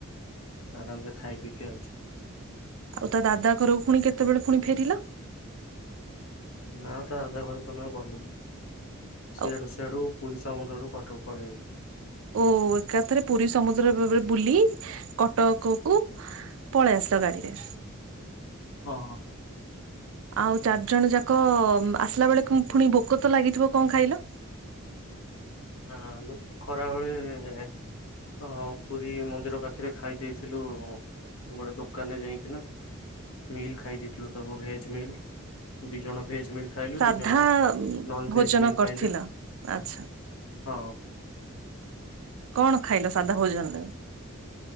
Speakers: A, on the left; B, on the right.
A: ଆରାମସେ ଖାଇ ପିଇକି ଆଇଛୁ।
B: ଆଉ ତା ଦାଦା ଘରକୁ ପୁଣି କେତେବେଳେ ପୁଣି ଫେରିଲ।
A: ନା ତା ଦାଦା ଘରକୁ ଆଉ ଗଲୁନି
B: ଆଉ
A: ସିଆଡୁ ସିଆ ସେଆଡୁ ପୁରୀ ସମୁଦ୍ରରୁୁ କଟକ ପଳେଇଲୁ।
B: ଓ ହୋ ଏକାଥରେ ପୁରୀ ସମୁଦ୍ର ଭରେ ବୁଲି କଟକ କୁ ପଳେଇ ଆସିଲ ଗାଡିରେ।
A: ହଁ ହଁ।
B: ଆଉ ଚାରିଜଣ ଯାକ ଆସିଲା ବେଳେ ପୁଣି ଭୋକ ତ ଲାଗିଥିବ କଣ ଖାଇଲ?
A: ହଁ ଆମେ ସେ ଖରା ବେଳେ ହ ପୁରୀ ମନ୍ଦିର ପାଖରେ ଖାଇ ଦେଇାଇଥିଲୁ ଗୋଟେ ଦୋକାନରେ ଯାଇକି ନା। ମିଲ୍ ଖାଇ ଦେଇଥିଲୁ ସବୁ ଭେଜ ମିଲ୍ ଦି ଜଣ ଭେଜ ମିଲ୍ ଖାଇଲୁ
B: ସାଧା
A: ଦି ଜଣ ନନ ଭେଜ
B: ଭୋଜନ
A: ମିଲ୍
B: କରିଥିଲ
A: ଖାଇଲେ
B: ଆଛା।
A: ହଁ।
B: କଣ ଖାଇଲ ସାଧା ଭୋଜନରେ?